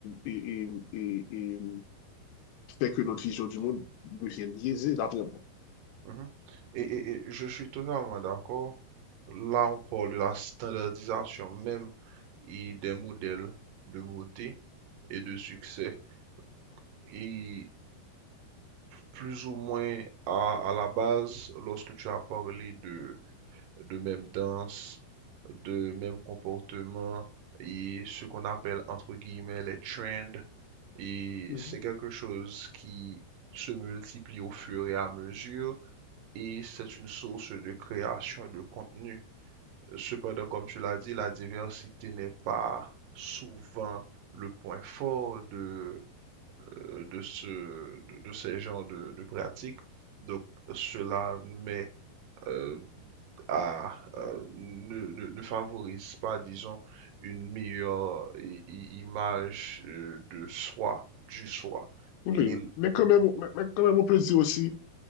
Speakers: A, on the left; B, on the right.
A: et, et, et, et fait que notre vision du monde devient biaisée, d'après moi.
B: mhm. Et, et- et je suis totalement d'accord. Là, on parle de la standardisation même et des modèles de beauté et de succès. Et plus ou moins à, à la base, lorsque tu as parlé de, de même danse, de même comportement et ce qu'on appelle entre guillemets les trends, et
A: Mm
B: c'est
A: -hmm.
B: quelque chose qui se multiplie au fur et à mesure et c'est une source de création de contenu. Cependant, comme tu l'as dit, la diversité n'est pas souvent le point fort de, euh, de ce, de, de ces genres de, de pratiques. Donc, cela met euh, à, euh, ne, ne- ne favorise pas, disons, une meilleure i- i- image euh, de soi, du soi.
A: Oui,
B: Et...
A: mais quand, même, mais quand même, on peut dire aussi,